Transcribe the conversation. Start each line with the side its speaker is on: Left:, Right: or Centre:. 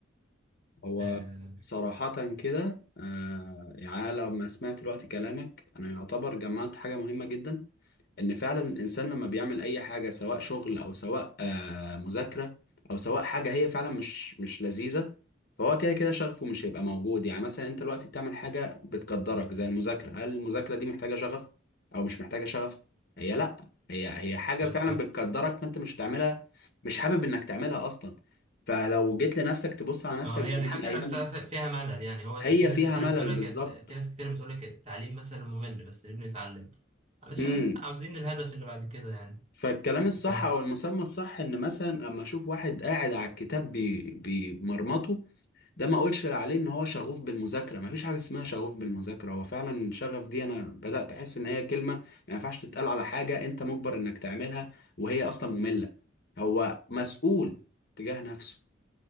Left: هو
Right: آه،
Left: صراحة كده آه يعني أنا لما سمعت دلوقتي كلامك أنا يعتبر جمعت حاجة مهمة جدا ان فعلا الانسان لما بيعمل اي حاجه سواء شغل او سواء آه، مذاكره او سواء حاجه هي فعلا مش مش لذيذه فهو كده كده شغفه مش هيبقى موجود يعني مثلا انت دلوقتي بتعمل حاجه بتقدرك زي المذاكره هل المذاكره دي محتاجه شغف او مش محتاجه شغف هي لا هي هي حاجه
Right: بالظبط
Left: فعلا بتقدرك فانت مش هتعملها مش حابب انك تعملها اصلا فلو جيت لنفسك تبص على نفسك
Right: اه
Left: زمان
Right: هي الحاجة
Left: ايام
Right: نفسها ف- فيها ملل يعني هو
Left: هي
Right: في ناس
Left: فيها
Right: كتير
Left: ملل
Right: بتقول لك
Left: بالظبط
Right: في ناس كتير بتقول لك التعليم مثلا ممل بس ليه بنتعلم علشان
Left: إمم.
Right: عاوزين الهدف اللي بعد كده يعني
Left: فالكلام
Right: انت
Left: الصح
Right: فاهم
Left: او المسمى الصح ان مثلا لما اشوف واحد قاعد على الكتاب بي- بيمرمطه ده ما اقولش عليه ان هو شغوف بالمذاكره ما فيش حاجه اسمها شغوف بالمذاكره هو فعلا شغف دي انا بدات احس ان هي كلمه ما ينفعش تتقال على حاجه انت مجبر انك تعملها وهي اصلا ممله هو مسؤول تجاه نفسه